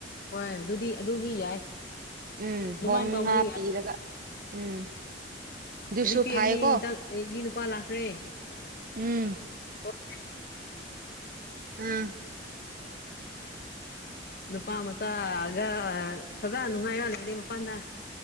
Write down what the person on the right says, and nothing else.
ꯎꯝ
ꯍꯣꯡ
ꯉꯥ ꯄꯤꯔꯒ
ꯎꯝ ꯑꯗꯨꯁꯨ
ꯐꯩꯀꯣ
ꯎꯝ ꯎꯝ